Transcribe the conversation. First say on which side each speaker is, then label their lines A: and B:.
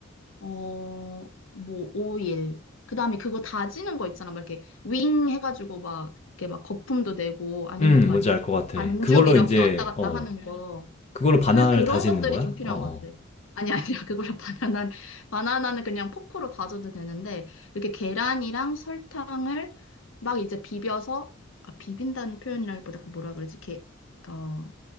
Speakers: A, on the left; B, on the left.
A: 어, 뭐, 오일. 그 다음에 그거 다지는 거 있잖아. 막 이렇게 윙 해가지고 막, 이렇게 막 거품도 내고 아니면
B: 음,
A: 막
B: 뭔지
A: 이렇게
B: 알
A: 바-
B: 것 같아.
A: 반죽
B: 그걸로
A: 이렇게
B: 이제,
A: 왔다 갔다
B: 어,
A: 하는 거.
B: 그걸로 바나나를
A: 그, 그런
B: 다지는
A: 것들이
B: 거야?
A: 좀 필요한
B: 어, 어.
A: 것 같아. 아니, 아니야. 그거를 <laughs> 바나나, 바나나는 그냥 포크로 다져도 되는데, 이렇게 계란이랑 설탕을 막 이제 비벼서, 아, 비빈다는 표현이라기보다 그 뭐라 그러지? 게, 어,